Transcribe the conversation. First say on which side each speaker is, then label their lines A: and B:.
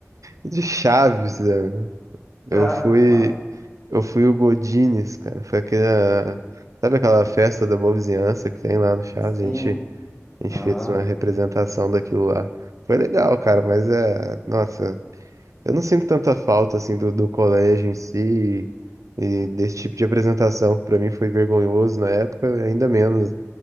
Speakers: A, on the right (about 85°); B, on the left (about 20°).
A: de Chaves, né? Eu
B: Ah,
A: fui,
B: massa.
A: eu fui o Godines, cara. Foi aquela, sabe aquela festa da boa vizinhança que tem lá no Chaves?
B: Sim.
A: A gente, a gente
B: Aham.
A: fez uma representação daquilo lá. Foi legal, cara, mas é, nossa, eu não sinto tanta falta assim do, do colégio em si e desse tipo de apresentação, que pra mim foi vergonhoso na época, ainda menos. né?